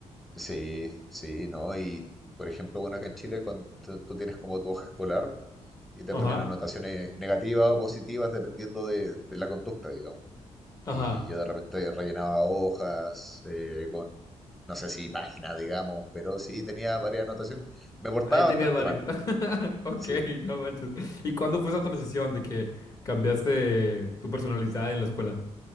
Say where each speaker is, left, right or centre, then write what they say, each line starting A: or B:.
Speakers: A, in the centre; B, on the left.
A: sí, sí, ¿no? Y, y, por ejemplo, bueno, acá en Chile, cuando tú tú tienes como tu hoja escolar y te
B: Ajá,
A: ponen anotaciones negativas o positivas dependiendo de, de la conducta, digamos.
B: ajá.
A: Y yo de repente rellenaba hojas eh, con, no sé si páginas, digamos, pero sí tenía varias anotaciones. Me portaba
B: Ahí tenías
A: bastante
B: varios.
A: mal,
B: <laughs> Ok,
A: sí,
B: no manches. ¿Y cuándo fue
A: sí.
B: esa transición de que cambiaste tu personalidad en la escuela?